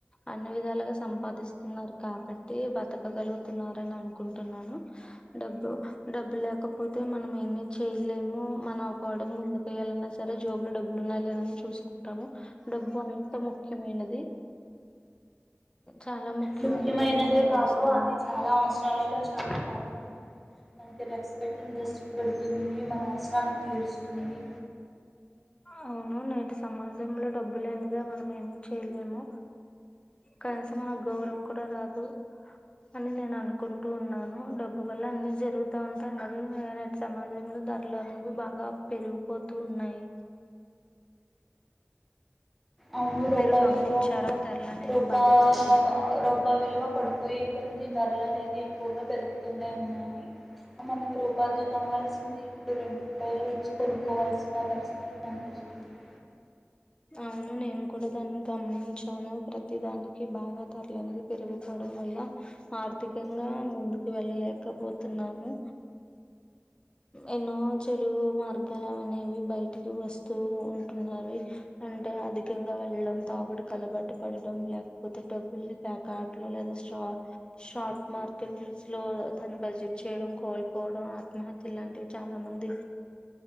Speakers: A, on the left; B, in the centre.
A: అన్ని విధాలుగా సంపాదిస్తున్నారు కాబట్టి బతకగలుగుతున్నారని అనుకుంటున్నాను డబ్బు డబ్బు లేకపోతే మనం ఏమి చేయలేము మన వాడుకు ముందుకు వెయాలన్నా సరే జబ్ డబ్బులు ఉన్నాయి లేదని చూసు ఉంటాము డబ్బు అంత ముఖ్యమైనది చాలా ముఖ్యమైనదని
B: ముఖ్యమైనదే
A: నేను భావిస్తున్నాను
B: కాదు అది చాలా అవసరాలలో చాలా ఆదుకుంటుంది మనకి రెస్పెక్ట్ని టెస్ట్ లు పెడుతుంది మన అవసరాన్ని తీరుస్తుంది.
A: అవును నేటి సమాజంలో డబ్బు లేనిద మనం ఏమి చేయలేము కనీసం మన గౌరవం కూడా రాదు అని నేను అనుకుంటూ ఉన్నాను డబ్బు వల్ల అన్ని జరుగుతా ఉంటేయి అలాగే నేటి సమాజంలో ధరలు అనేవి బాగా పెరిగిపోతూ ఉన్నాయి
B: అవును రోపా
A: మీరు గమనించారా
B: విల్వ
A: ధరలు అనేవి
B: రోపా
A: బాగా పెరగడం
B: రోపా విలువ పడిపోయే కొద్ది ధరలు అనేవి ఎక్కువగా పెరుగుతూనే ఉన్నాయి మనం రూపాలతో కోనల్సింది ఇప్పుడు రెండు రూపాయలు ఇచ్చి కొనుక్కోవాల్సిన పరిస్థితి మానకు వస్తుంది.
A: అవును నేను కూడా దాన్ని గమనించాను ప్రతి దానికి బాగా ధరలనేది పెరిగిపోవడం. వల్ల ఆర్థికంగా ముందుకు వెళ్ళలేకపోతున్నాము. ఎన్నో చెడు మార్గాలనేవి బయటికి వస్తూ ఉంటుంన్నావి అంటే అధికంగా వెళ్ళడం తాగుడుకు అలవటు పడడం లేకపోతే డబ్బుల్ని ప్యాకా ఆటలో లేద స్టాక్ స్టాక్ మార్కెట్స్ లో స్లోగ తాను బడ్జెట్ చేయడం కోల్పోవడం ఆత్మహత్యలు ఇలాంటివి చాలా మంది